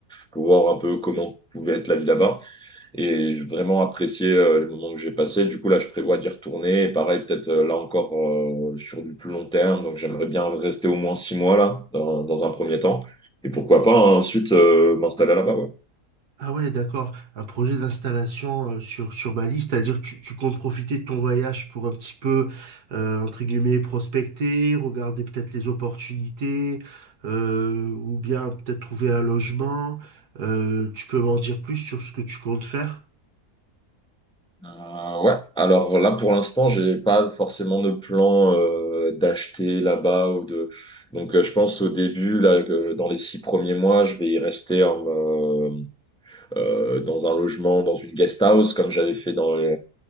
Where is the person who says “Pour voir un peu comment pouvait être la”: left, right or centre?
Centre